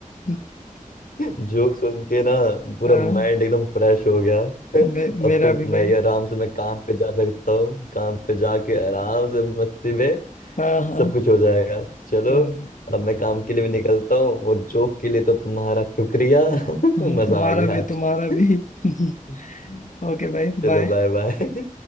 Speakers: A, on the left; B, on the left.
A: <laughs>
B: जोक सुन के ना पूरा
A: हाँ
B: माइंड एकदम फ्रेश हो गया <laughs>
A: मे,
B: अब
A: मेरा
B: तो
A: भी भाई
B: मैं ये आराम से मैं काम पे जा सकता हूँ काम पे जाके आराम से मस्ती में
A: हाँ हाँ
B: सब कुछ हो जाएगा चलो
A: हाँ
B: अब मैं काम के लिए भी निकलता हूँ और जोक के लिए तो तुम्हारा शुक्रिया <laughs>
A: हाँ,
B: मजा
A: तुम्हारा
B: आ गया
A: भी
B: आज
A: तुम्हारा भी <laughs>
B: <laughs>
A: ओके भाई
B: चलो
A: बाय
B: बाय बाय